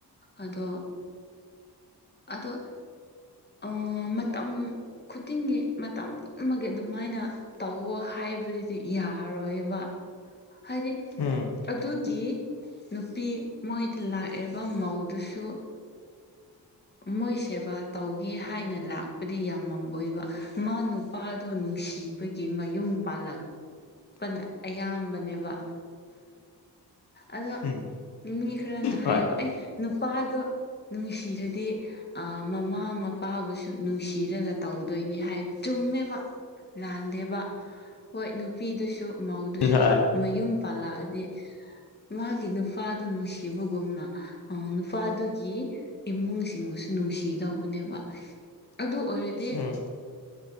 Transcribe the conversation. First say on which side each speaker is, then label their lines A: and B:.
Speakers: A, on the left; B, on the left.
A: ꯑꯗꯣ ꯑꯗꯣ ꯑꯥ ꯃꯇꯝ ꯈꯨꯗꯤꯡꯒꯤ ꯃꯇꯝ ꯄꯨꯝꯕꯒꯤ ꯑꯗꯨꯃꯥꯏꯅ ꯇꯧꯋꯣ ꯍꯥꯏꯕꯗꯨꯗꯤ ꯌꯥꯔꯣꯏꯕ ꯍꯥꯏꯗꯤ
B: ꯎꯝ
A: ꯑꯗꯨꯒꯤ ꯅꯨꯄꯤ ꯃꯣꯏꯗ ꯂꯥꯛꯏꯕ ꯃꯧꯗꯨꯁꯨ ꯃꯣꯏ ꯁꯦꯕꯥ ꯇꯧꯒꯦ ꯍꯥꯏꯅ ꯂꯥꯛꯄꯗꯤ ꯌꯥꯝꯃꯝ ꯃꯣꯏꯕ ꯃꯥ ꯅꯨ ꯅꯨꯄꯥꯗꯨ ꯅꯨꯡꯁꯤꯕꯒꯤ ꯃꯌꯨꯝ ꯄꯥꯜꯂꯛ ꯄꯅ ꯑꯌꯥꯝꯕꯅꯦꯕ ꯑꯗꯣ
B: ꯎꯝ
A: ꯃꯤ ꯈꯔꯅ ꯍꯥꯏꯌꯦꯕ
B: ꯍꯣꯏ
A: ꯑꯦ ꯅꯨꯄꯥꯗꯣ ꯅꯨꯡꯁꯤꯔꯗꯤ ꯗꯤ ꯃꯃꯥ ꯃꯄꯥꯕꯨꯁꯨ ꯅꯨꯡꯁꯤꯔꯒ ꯇꯧꯗꯣꯏꯅꯤ ꯍꯥꯏ ꯆꯨꯝꯃꯦꯕ ꯂꯥꯟꯗꯦꯕ ꯍꯣꯏ ꯅꯨꯄꯤꯗꯨꯁꯨ ꯃꯧꯗꯨꯁꯨ
B: ꯍꯣꯏ
A: ꯃꯌꯨꯝ ꯄꯥꯜꯂꯛꯑꯗꯤ ꯃꯥꯒꯤ ꯅꯨꯄꯥꯗꯨ ꯅꯨꯡꯁꯤꯕꯒꯨꯝꯅ ꯑ ꯅꯨꯄꯥꯗꯨꯒꯤ ꯏꯃꯨꯡ ꯁꯤꯡꯕꯨꯁꯨ ꯅꯨꯡꯁꯤꯗꯧꯕꯅꯦꯕ ꯑꯗꯨ ꯑꯣꯏꯔꯗꯤ
B: ꯎꯝ